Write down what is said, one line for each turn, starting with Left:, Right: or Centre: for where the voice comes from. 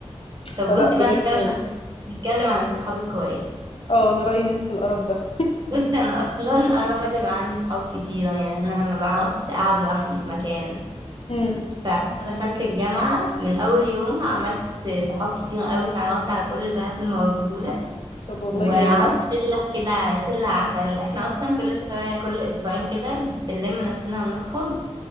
Left: <laughs>
Right: طب
Left: فلا
Right: بصي بقى
Left: بجد
Right: نتكلم عن- نتكلم عن الصحاب الكويس
Left: اه انا رأيي ننسى القرف ده
Right: بصي انا اصلا انا بحب يبقى عندي صحاب كتيره يعني انا ما بعرفش اقعد لوحدي في مكان
Left: مم.
Right: فلما دخلت الجامعه من اول يوم عملت صحاب كتير قوي اتعرفت على كل البنات الموجوده
Left: طب والله
Right: وعملت
Left: جميل
Right: شلة كده شلة عسل احنا اصلا كل شوية كل اسبوعين كده بنلم نفسنا ونخرج